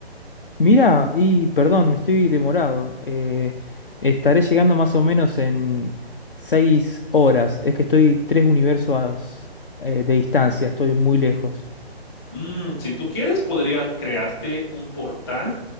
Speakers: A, on the left; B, on the left.
A: Mira, y perdón, estoy demorado. eh, estaré llegando más o menos en seis horas. Es que estoy tres universos eh, de distancia, estoy muy lejos.
B: Mm, si tú quieres, podría crearte un portal